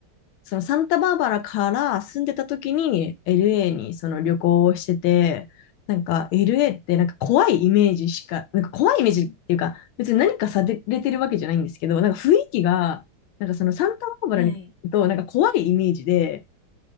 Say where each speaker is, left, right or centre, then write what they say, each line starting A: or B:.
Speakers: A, on the left; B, on the left.
A: そのサンタバーバラから住んでた時に LA にその旅行をしてて、なんか LA ってなんか怖いイメージしか、なんか怖いイメージっていうか、別に何かされてるわけじゃないんですけど、なんか雰囲気が、なんかそのサンタバーバラに行くとなんか怖いイメージで、
B: あ、はい。い